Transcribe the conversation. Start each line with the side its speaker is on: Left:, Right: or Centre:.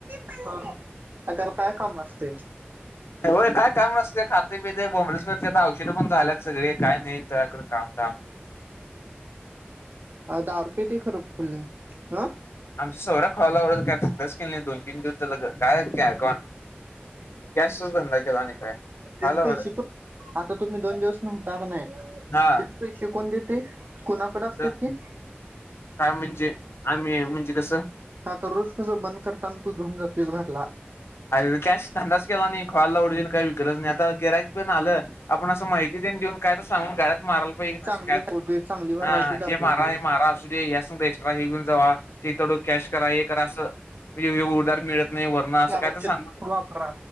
Right: ह आणि त्याला काय काम असतय!
Left: होय काय काम असतं! काय खातंय पितय बोंबलत फिरत- औषध पण झाल्यात सगळे. काही नाही त्या कडे कामधाम-
Right: अ दारु पितय खरं फुल्ल हं!
Left: सवऱ्या खुळ्या <unintelligible> काय धंदाच केला नाही दोन तीन दिवस झालं त्या काय कॅश धंदा केला आणि! काय
Right: त्याचे
Left: खायला आवडत
Right: पैसे तो आता तुम्ही दोन दिवस नव्हता कि नाही. ते
Left: हा
Right: पैसे कोन देत? ते कुणाकडे असते
Left: कुठं
Right: ती?
Left: काय म्हणजे आम्ही म्हणजे कसं
Right: हा तर रोज! कसं बंद करताना तू घेउन जातोयस घरला -
Left: अरे कॅश न धंदाच केला नाही खुळ्या लवड्याच काही विकलंच नाही आता गिराईक पण आलं, आपण असं माहिती तेन देऊन काय तर सांगून घरात! माराला पाहिजे कुणी
Right: चांगली
Left: अशी काय
Right: एक
Left: र
Right: होते चांगली व्हरायटी
Left: हा
Right: दाखवते
Left: हे मारा, हे मारा, असुदे ह्या संग एक्स्ट्रा हे घेऊन जा, ते तेवढ कॅश करा हे करा असं म्हणजे हे उदार मिळत नाही, वरण असं!
Right: की औषध
Left: काय तर सांगा,
Right: वापरा